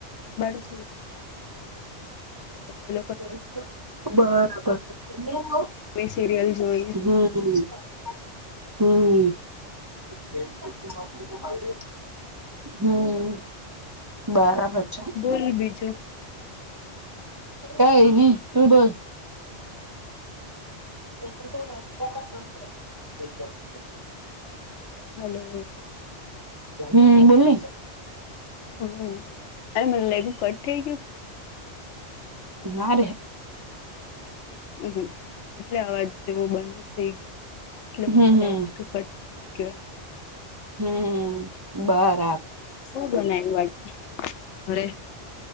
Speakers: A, on the left; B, on the right.
A: બાડ એ કલો
B: બરાબર
A: મે
B: હમ
A: સિરિયલ જોઈ
B: હમ હમ બરાબર છે
A: બોલ બીજું
B: કઈ નહી તું બોલ <inaudible>
A: હલો
B: હમ બોલી
A: હમ અરે મને લાગ્યું કટ થઈ ગયું
B: ના ર
A: હમ એટલે અવાજ જેવો બંધ થઈ ગયો એટલે મને
B: હમ
A: એવું
B: હમ
A: લાગ્યું કે ફટ થ કે.
B: હમ બર.
A: શું બનાવ્યું આજે ઘરે?